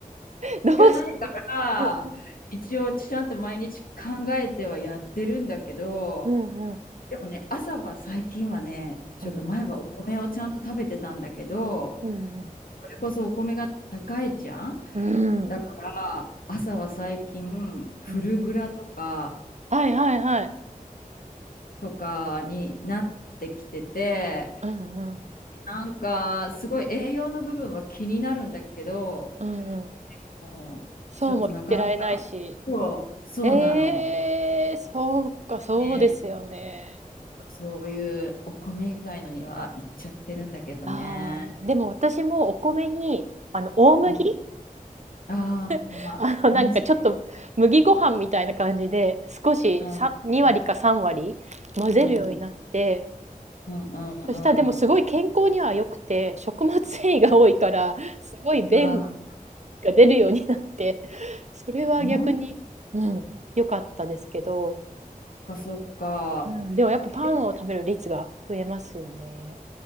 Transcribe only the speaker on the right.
してう
んうん
うんうん
うん
うんはいはいはい
うんうん
うんうん
そうも言ってられないしええそうか、そうですよね。
ああ、でも私もお米に、あの、大麦
<laughs> あの、なんかちょっと麦ご飯みたいな感じで、少しさ2割か3割混ぜるようになって、
そしたらでもすごい健康には良くて、食物繊維が多いから、<laughs> すごい便
が出るようになって、<laughs> それは逆に、
うん、良かったですけど、
うん、でもやっぱパンを食べる率が増えますよね。